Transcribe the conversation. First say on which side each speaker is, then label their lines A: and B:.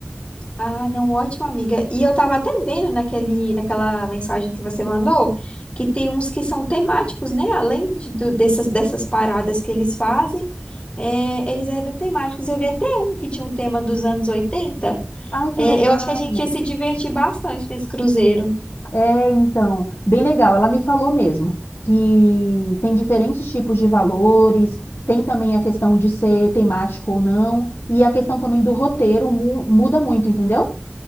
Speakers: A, on the left; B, on the left.
A: Ah, não, ótima amiga. E eu tava até vendo naquele, naquela mensagem que você mandou que tem uns que são temáticos, né? Além de, do- dessas, dessas paradas que eles fazem, é, eles eram temáticos. Eu vi até um que tinha um tema dos anos 80.
B: Ai, que
A: É,
B: legal.
A: eu acho que a gente ia se divertir bastante nesse cruzeiro.
B: É, então, bem legal. Ela me falou mesmo que tem diferentes tipos de valores, tem também a questão de ser temático ou não, e a questão também do roteiro mu- muda muito, entendeu?